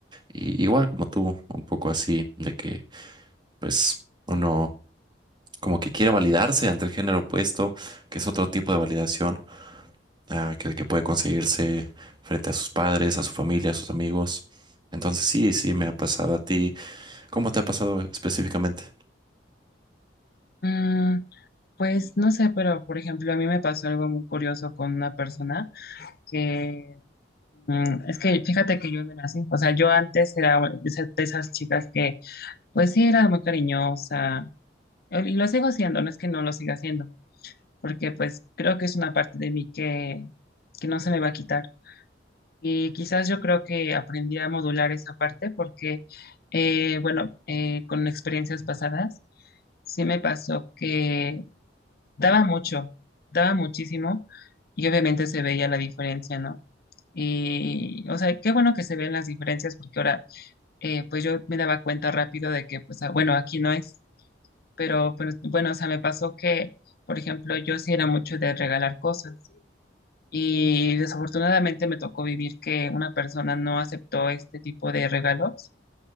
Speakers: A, on the right (about 25°); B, on the left (about 55°).
A: Y igual como tú, un poco así, de que, pues, uno como que quiere validarse ante el género opuesto, que es otro tipo de validación ah, aquel que puede conseguirse frente a sus padres, a su familia, a sus amigos. Entonces sí, sí, me ha pasado a ti. ¿Cómo te ha pasado específicamente?
B: Mm, Pues no sé, pero por ejemplo, a mí me pasó algo muy curioso con una persona que mm, es que fíjate que yo no era así. O sea, yo antes era de esas de esas chicas que, pues sí, era muy cariñosa eh, y lo sigo haciendo, no es que no lo siga haciendo, porque pues creo que es una parte de mí que, que no se me va a quitar. Y quizás yo creo que aprendí a modular esa parte porque, eh, bueno, eh, con experiencias pasadas, sí me pasó que. daba mucho, daba muchísimo y obviamente se veía la diferencia, ¿no? Y, o sea, qué bueno que se ven las diferencias porque ahora, eh, pues yo me daba cuenta rápido de que, pues, ah, bueno, aquí no es, pero, pues, bueno, o sea, me pasó que, por ejemplo, yo sí era mucho de regalar cosas y desafortunadamente me tocó vivir que una persona no aceptó este tipo de regalos